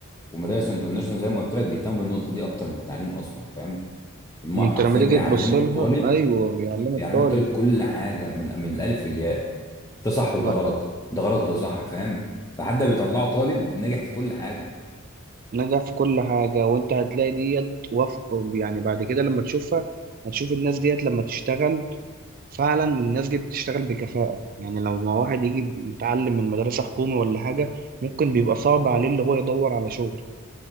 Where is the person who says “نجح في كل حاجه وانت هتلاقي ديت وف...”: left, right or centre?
Right